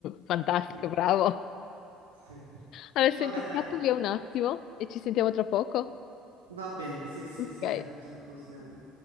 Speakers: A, on the left; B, on the right.
A: <laughs> Fantastico,
B: Eh,
A: bravo.
B: sì.
A: Allora,
B: Vabbè,
A: senti,
B: dai,
A: scappo via un attimo e ci sentiamo tra poco.
B: va bene, sì, sì,
A: Ok.
B: sì, dai, facciamo così allora.